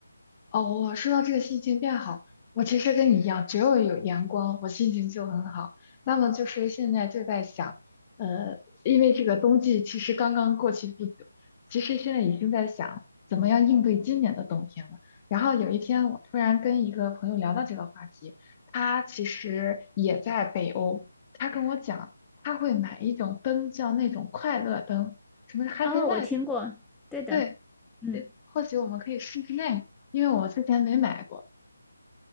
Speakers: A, on the left (about 25°); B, in the centre.
A: 哦，我说到这个心情变好，我其实跟你一样，只要有阳光，我心情就很好。那么就是现在就在想，呃，因为这个冬季其实刚刚过去不久，其实现在已经在想怎么样应对今年的冬天了。然后有一天，我突然跟一个朋友聊到这个话题，他其实也在北欧，他跟我讲，他会买一种灯，叫那种快乐灯，什么是 Happy
B: 哦，
A: Light。
B: 我听过，对的，
A: 对，
B: 嗯。
A: 呃或许我们可以试试那个，因为我之前没买过。